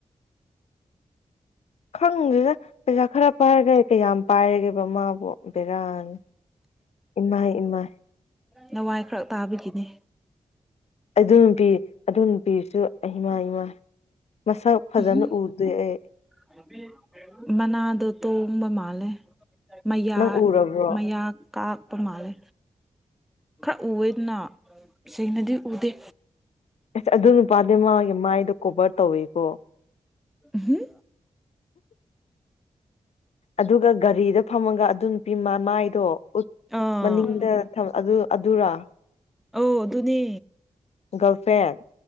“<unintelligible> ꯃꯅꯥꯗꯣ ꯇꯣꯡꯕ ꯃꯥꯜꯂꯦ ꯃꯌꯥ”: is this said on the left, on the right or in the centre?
Centre